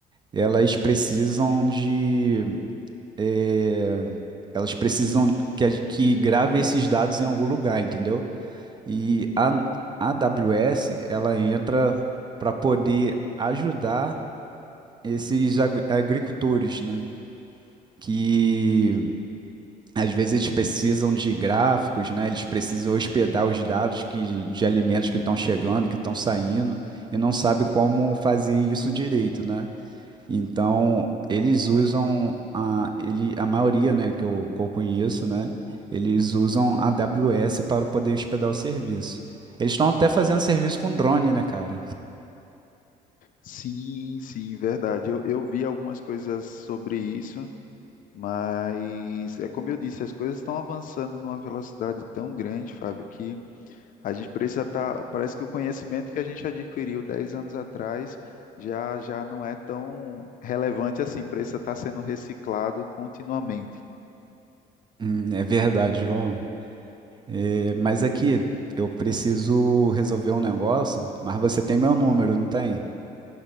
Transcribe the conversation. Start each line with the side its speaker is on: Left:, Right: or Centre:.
Right: Elas precisam de, eh, elas precisam que, a- que grave esses dados em algum lugar, entendeu? E a a AWS, ela entra para poder ajudar esses agri- agricultores, né? Que às vezes eles precisam de gráficos, né? Eles precisam hospedar os dados que, de alimentos que estão chegando, que estão saindo, e não sabe como fazer isso direito, né? Então, eles usam a, ele, a maioria, né, que eu, que eu conheço, né? Eles usam a AWS para poder hospedar o serviço. Eles estão até fazendo serviço com drone, né, cara?
Left: Sim, sim, verdade. Eu, eu vi algumas coisas sobre isso, mas é como eu disse, as coisas estão avançando numa velocidade tão grande, Fábio, que A gente precisa estar. parece que o conhecimento que a gente adquiriu 10 anos atrás já, já não é tão relevante assim, precisa estar sendo reciclado continuamente.
Right: Hum, é verdade, João. É, mas aqui, eu preciso resolver um negócio, mas você tem meu número, não tem?